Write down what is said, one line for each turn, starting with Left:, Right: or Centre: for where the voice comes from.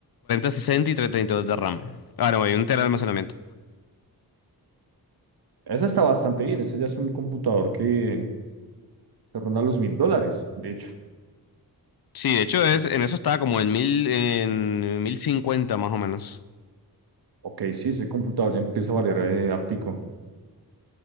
Left: sesenta y 32 de RAM. Ahora, voy, un tera de almacenamiento.
Right: Esa está bastante bien, esa ya es un computador que te ronda los mil dólares, de hecho.
Left: Sí, de hecho es,
Right: Eh,
Left: en eso estaba como en mil, en 1050 más o menos.
Right: ok, sí, ese computador ya empieza a valer eh, ártico.